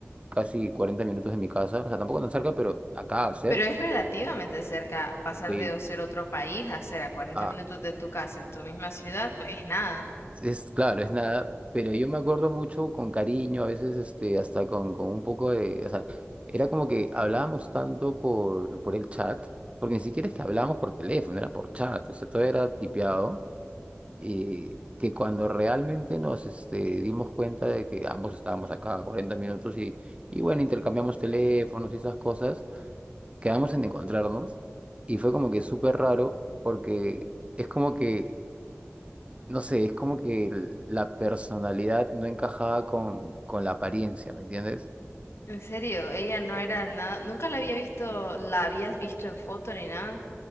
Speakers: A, on the right; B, on the left.
A: casi 40 minutos de mi casa, o sea, tampoco tan cerca, pero acá, cerca.
B: Pero es relativamente cerca pasar
A: Sí.
B: de ser otro país a ser a cuarenta
A: Ah,
B: minutos de tu casa en tu misma ciudad, pues es nada.
A: es claro, es nada, pero yo me acuerdo mucho con cariño, a veces, este, hasta con, con un poco de, o sea, era como que hablábamos tanto por, por el chat, porque ni siquiera es que hablábamos por teléfono, era por chat, o sea, todo era tipeado. Y que cuando realmente nos este, dimos cuenta de que ambos estábamos acá a 40 minutos y, y bueno, intercambiamos teléfonos y esas cosas, quedamos en encontrarnos y fue como que súper raro porque es como que, no sé, es como que el- la personalidad no encajaba con, con la apariencia, ¿me entiendes?
B: En serio, ella no era nada, nunca la había visto, la habías visto en foto ni nada.